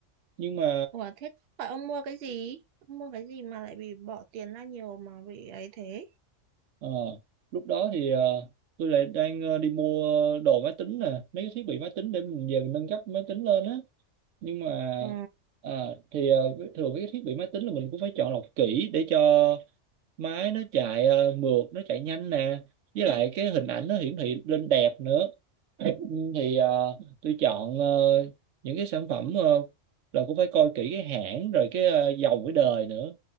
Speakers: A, on the right; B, on the right.
A: nhưng mà
B: Ủa, thế phải ông mua cái gì? Ông mua cái gì mà lại bị bỏ tiền ra nhiều mà bị ấy thế?
A: Ờ, lúc đó thì ờ, tôi lại đang ờ, đi mua đồ máy tính nè, mấy cái thiết bị máy tính để mình về mình nâng cấp máy tính lên á. Nhưng mà
B: Ờ,
A: à, thì ờ, với- thường mấy cái thiết bị máy tính là mình cũng phải chọn lọc kỹ để cho máy nó chạy ờ, mượt, nó chạy nhanh nè. Với lại cái hình ảnh nó hiển thị lên đẹp nữa. <clears throat> Ừ, Thì ờ, tôi chọn ờ, những cái sản phẩm ờ, là cũng phải coi kỹ cái hãng rồi cái ờ, dòng cái đời nữa.